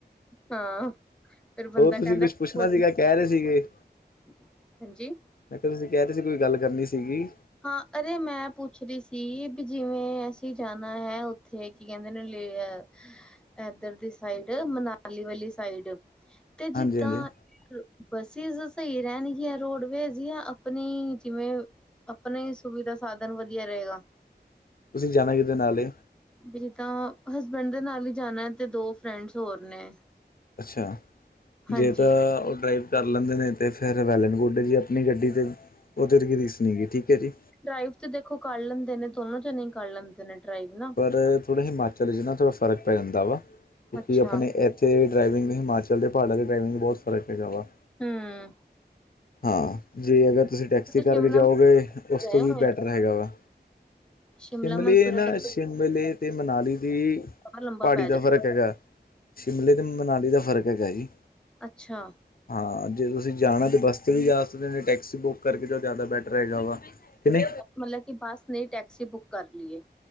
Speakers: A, in the centre; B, on the left (about 55°).
A: ਹਾਂ ਫੇਰ ਬੰਦਾ
B: ਹੋਰ ਤੁਸੀਂ
A: ਕਹਿੰਦਾ
B: ਕੁਛ ਪੁੱਛਣਾ
A: <unintelligible>
B: ਸੀਗਾ ਕਹਿ ਰਹੇ ਸੀਗੇ
A: ਹਾਂਜੀ
B: ਮੈਂ ਕਿਹਾ ਤੁਸੀਂ ਕਹਿ ਰਹੇ ਸੀ ਕੋਈ ਗੱਲ ਕਰਨੀ ਸੀਗੀ।
A: ਹਾਂ ਅਰੇ ਮੈਂ ਪੁੱਛ ਰੀ ਸੀ ਵੀ ਜਿਵੇਂ ਅਸੀਂ ਜਾਣਾ ਹੈ ਉੱਥੇ ਕੀ ਕਹਿੰਦੇ ਨੇ ਲੇ ਅ ਏਧਰ ਦੀ ਸਾਈਡ ਮਨਾਲੀ ਵਾਲੀ ਸਾਈਡ। ਤੇ
B: ਹਾਂਜੀ
A: ਜਿੱਦਾਂ
B: ਹਾਂਜੀ
A: ਬੱਸਿਜ਼ ਸਹੀ ਰਹਿਣਗੀਆਂ ਰੋਡਵੇਜ ਜਾਂ ਆਪਣੀ ਜਿਵੇਂ ਆਪਣੇ ਹੀ ਸੁਵਿਧਾ ਸਾਧਨ ਵਧੀਆ ਰਹੇਗਾ।
B: ਤੁਸੀਂ ਜਾਣਾ ਕਿਦੇ ਨਾਲ ਏ?
A: ਵੀ ਜਿੱਦਾਂ ਹਸਬੈਂਡ ਦੇ ਨਾਲ ਈ ਜਾਣਾ ਤੇ ਦੋ ਫਰੈਂਡਸ ਹੋਰ ਨੇ।
B: ਅੱਛਾ
A: ਹਾਂਜੀ
B: ਜੇ ਤਾਂ ਓ ਡਰਾਈਵ ਕਰ ਲੈਂਦੇ ਨੇ ਤੇ ਫਿਰ ਵੈਲਨ ਗੁੱਡ ਜੀ ਆਪਣੀ ਗੱਡੀ ਤੇ ਓਹ ਤਾਂ ਜੀ ਕੋਈ ਰੀਸ ਨਈਂ ਗੀ, ਠੀਕ ਐ ਜੀ।
A: ਡਰਾਈਵ ਤੇ ਦੇਖੋ ਕਰ ਲੈਂਦੇ ਨੇ ਦੋਨੋਂ ਜਣੇ ਈ ਕਰ ਲੈਂਦੇ ਨੇ ਡਰਾਈਵ ਨਾ।
B: ਪਰ ਥੋੜ੍ਹੇ ਹਿਮਾਚਲ ਚ ਨਾ ਥੋੜ੍ਹਾ ਫਰਕ ਪੈ ਜਾਂਦਾ ਵਾ ਕਿਉਂਕਿ
A: ਅੱਛਾ
B: ਆਪਣੇ ਏ ਤੇ ਡਰਾਈਵਿੰਗ ਹਿਮਾਚਲ ਦੇ ਪਾੜਾਂ ਤੇ ਡਰਾਵਿੰਗ ਬੋਤ ਫਰਕ ਹੈਗਾ ਵਾ।
A: ਹਂ।
B: ਹਾਂ ਜੇ ਅਗਰ ਤੁਸੀਂ ਟੈਕਸੀ ਕਰਕੇ
A: ਸ਼ਿਮਲਾ
B: ਜਾਓਗੇ ਉਸ
A: ਗਏ
B: ਤੋਂ
A: ਹੋਏ
B: ਵੀ ਬੈਟਰ ਹੈਗਾ ਵਾ।
A: ਸ਼ਿਮਲਾ
B: ਸ਼ਿਮਲੇ
A: ਮਨਸੂਰੀ
B: ਇਹ ਨਾ
A: ਦਾ
B: ਸ਼ਿਮਲੇ ਤੇ ਮਨਾਲੀ ਦੀ
A: ਲੰਬਾ
B: ਪਹਾੜੀ
A: ਪੈ
B: ਦਾ
A: ਜਾਂਦਾ
B: ਫ਼ਰਕ ਹੈਗਾ। ਸ਼ਿਮਲੇ ਤੇ ਮਨਾਲੀ ਦਾ ਫ਼ਰਕ ਹੈਗਾ ਜੀ।
A: ਅੱਛਾ।
B: ਹਾਂ ਜੇ ਤੁਸੀਂ ਜਾਣਾ ਤੇ ਬਸ ਤੁਸੀਂ ਜਾ ਸਕਦੇ ਨੇ ਜੇ ਟੈਕਸੀ ਬੁਕ ਕਰਕੇ ਤਾਂ ਜ਼ਿਆਦਾ ਬੈਟਰ ਹੈਗਾ ਵਾ ਕੇ ਨ
A: ਮਤਲਬ ਕੀ ਬਸ ਨਈ ਟੈਕਸੀ ਬੁੱਕ ਕਰ ਲਈ ਏ।